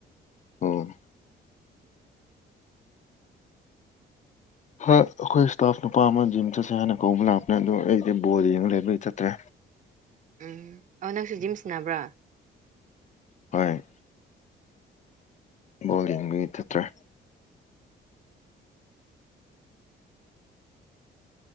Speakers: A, on the left; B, on the right.
A: ꯑꯣ ꯍꯥ ꯑꯈꯣꯏ ꯏꯁꯇꯥꯐ ꯅꯨꯄꯥ ꯑꯃ ꯖꯤꯝ ꯆꯠꯁꯦ ꯍꯥꯏꯅ ꯀꯧꯕ ꯂꯥꯛꯄꯅꯦ ꯑꯗꯣ ꯑꯩꯗꯤ ꯕꯣꯜ ꯌꯦꯡꯉ ꯂꯩꯕꯩ ꯆꯠꯇ꯭ꯔꯦ
B: ꯎꯝ ꯑꯣ ꯅꯪꯁꯨ ꯖꯤꯝ ꯁꯅꯕ꯭ꯔꯥ
A: ꯍꯣꯢ ꯕꯣꯜ ꯌꯦꯡꯕꯒꯤ ꯊꯠꯇ꯭ꯔꯦ